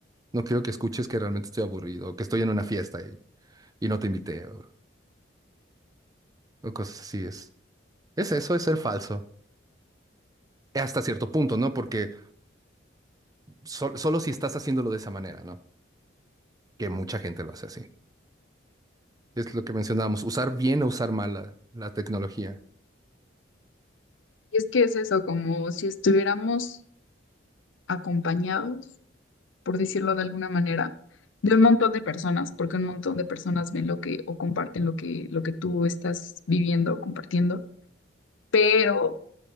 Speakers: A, on the right; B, on the left.
A: No quiero que escuches que realmente estoy aburrido o que estoy en una fiesta y, y no te invité o, o cosas así. Es, es eso, es ser falso. Hasta cierto punto, ¿no? Porque sol- solo si estás haciéndolo de esa manera, ¿no? Que mucha gente lo hace así. Es lo que mencionábamos, usar bien o usar mal la la tecnología.
B: y es que es eso, como si estuviéramos acompañados, por decirlo de alguna manera, de un montón de personas, porque un montón de personas ven lo que o comparten lo que, lo que tú estás viviendo, compartiendo, pero